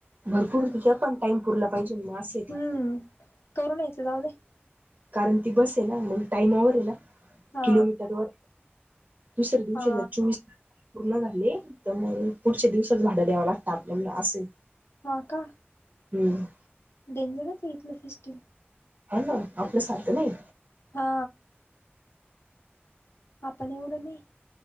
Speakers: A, on the right (about 40°); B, on the left (about 80°).
A: भरपूर तिथं पण टाइम पुरला पाहि, जे मास येते.
B: हम्म करून यायचं, जाऊ दे
A: कारण ती बस आहे ना, मग टाइमावर आहे ना,
B: हा
A: किलोमीटर वर दुसऱ्या दिवशी
B: हा
A: जर चोवीस तास पूर्ण झाले तर मग, पुढच्या दिवसच भाडं द्याव लागत आपल्याला असय.
B: हो का.
A: हम्म..
B: डेंजरच आहे. इथलं सिस्टीम
A: ह ना आपल्या सारक नाही.
B: हा. आपण एवढं नाही,